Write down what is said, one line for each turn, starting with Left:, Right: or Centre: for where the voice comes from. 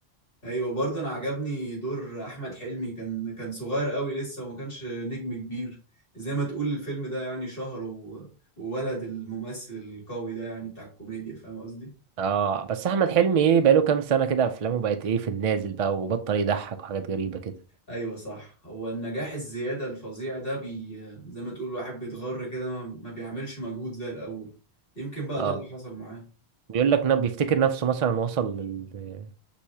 Left: ايوه برضه انا عجبني دور احمد حلمي كان كان صغير قوي لسه وما كانش نجم كبير زي ما تقول الفيلم ده يعني شهر و... وولد الممثل القوي ده يعني بتاع الكوميديا فاهم قصدي
Right: اه بس احمد حلمي ايه بقاله كام سنه كده افلامه بقت ايه في النازل بقى وبطل يضحك وحاجات غريبه كده
Left: ايوه صح هو النجاح الزياده الفظيع ده بي زي ما تقول الواحد بيتغر كده ما ما بيعملش مجهود زي الاول يمكن بقى
Right: اه
Left: ده اللي حصل معاه
Right: بيقول لك نب بيفتكر نفسه مثلا وصل لل...